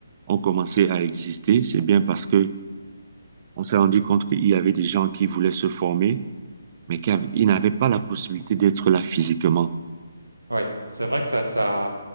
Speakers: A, on the right (about 35°); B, on the right (about 85°).
A: ont commencé à exister, c'est bien parce que on s'est rendu compte qu'il y avait des gens qui voulaient se former, mais qui
B: ouais.
A: avaient- ils n'avaient pas la possibilité d'être là physiquement.
B: Oui, c'est vrai que ça, ça,